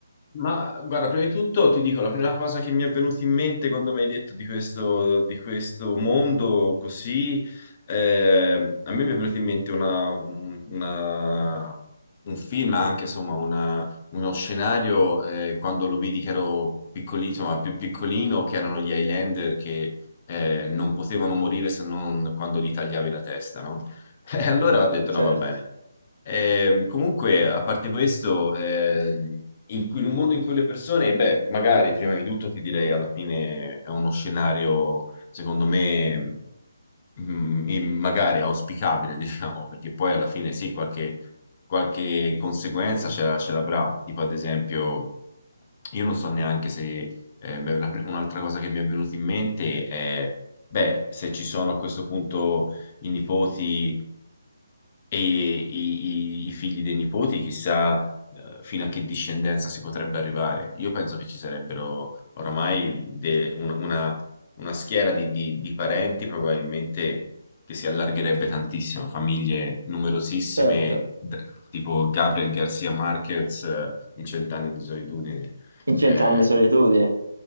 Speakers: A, on the left; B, on the right.
A: ma guarda, prima di tutto ti dico, la prima cosa che mi è venuta in mente quando mi hai detto di questo, di questo mondo così, eh, a me mi è venuta in mente una, una- un film, anche insomma una- uno scenario, eh, quando lo vidi che ero piccolino, ma più piccolino, che erano gli Highlander che eh, non potevano morire se non quando gli tagliavi la testa, no? <laughs> E allora ho detto
B: Certo,
A: no, va bene. Ehm, comunque, a parte questo, eh, in, cui- in un mondo in cui le persone, beh, magari prima di tutto ti direi alla fine è uno scenario, secondo me, mm, in- magari auspicabile, <laughs> diciamo, perché poi alla fine sì, qualche, qualche conseguenza ce la- ce l'avrà. Tipo, ad esempio, io non so neanche se, eh, beh, la- un'altra cosa che mi è venuta in mente è, beh, se ci sono a questo punto i nipoti e i, i- i figli dei nipoti, chissà, eh, fino a che discendenza si potrebbe arrivare. Io penso che ci sarebbero oramai de- un- una, una schiera di, di- di parenti probabilmente che si allargherebbe tantissimo, famiglie numerosissime,
B: certo.
A: d- tipo Gabriel Garcia Marquez eh, in Cent'anni di solitudine.
B: In cent'anni
A: Eh,
B: di solitudine.